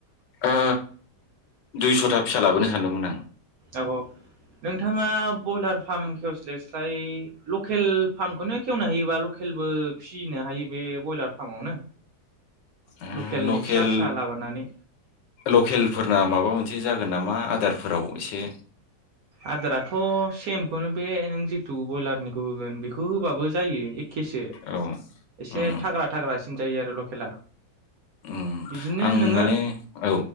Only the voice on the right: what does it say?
औ नोंथाङा ब्रयलार फार्म खेवस्लायस्लाय लकेल फार्मखौनो खेवनो हायोबा लकेलबो फिनो हायो बे ब्रयलार फार्मावनो।
लकेलनि
फिसा फिसा लाबोनानै
आदाराथ सेम बेखौनो बे नों जिथु ब्रयलारनिखौ होगोन बेखौ। खौ होबाबो जायो एखेसो
एसे
थाग्रा थाग्रा जायो आरो लखेला
बिदिनो
नोङो